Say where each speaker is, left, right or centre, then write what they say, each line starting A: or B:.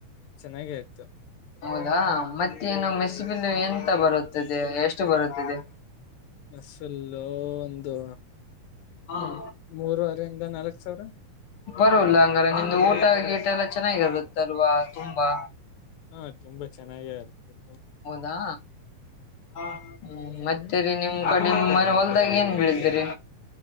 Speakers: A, on the left (about 85°); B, on the left (about 65°).
A: ಚೆನ್ನಾಗೆ ಆಯ್ತು
B: ಹೌದಾ ಮತ್ತೇನು ಮೆ ಬಲ್ ಎಂತ ಬರುತ್ತದೆ ಎಷ್ಟು ಬರುತ್ತದೆ
A: ಮಸಲ್ಲ ಒಂದು
B: ಹ್ಮ
A: ಮೂರುವರೆಯಿಂದ ನಾಲ್ಕ್ ಸಾವಿರ
B: ಬರಲ್ಲ ಹಂಗಾರೆ ನಿಮ್ದು ಊಟ ಗೀಟ ಎಲ್ಲ ಚೆನ್ನಾಗಿರುಲತ್ತಲ್ವಾ ತುಂಬಾ
A: ಹಾ ತುಂಬಾ ಚೆನ್ನಾಗೇ ಇರ್ತದೆ
B: ಹೌದಾ ಹ್ಮ
A: ಹ್ಮ್
B: ಮತ್ತೆರಿ ನಿಮ್ ಕಡಿ ಹೊಲ್ದಾಗ ಏನ್ ಬೆಳತೀರಿ